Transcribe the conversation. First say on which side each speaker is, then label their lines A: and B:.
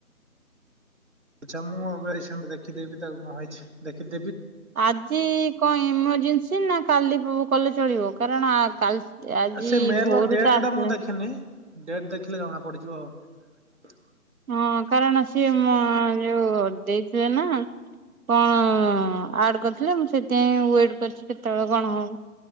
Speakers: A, on the right; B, on the right.
A: ଆଚ୍ଛା ମୁଁ ଏବେ ରିସେଣ୍ଟ ଦେଖିଦବି ତାକୁ କଣ ହେଇଛି ଦେଖି
B: ଆଜି କଣ ଇମର୍ଜେନ୍ସି ନା କାଲି କଲେ ଚଳିବ? କାରଣ ଆଜି
A: ସେ ମେଲ
B: ଭୋରୁ
A: ଡେଟ
B: ତ ଆସିଲେ
A: ଟା ମୁଁ ଦେଖିନି ଡେଟ ଦେଖିଲେ ଜଣା ପଡିଯିବ ଆଉ।
B: ହଁ କାରଣ ସିଏ ଯୋଉ ଦେଇଥିଲେ ନା। କଣ ଆଡ କରିଥିଲେ ମୁଁ ସେଥିପାଇଁ ୱେଟ କରିଛି କେତେବେଳେ କଣ ହବ?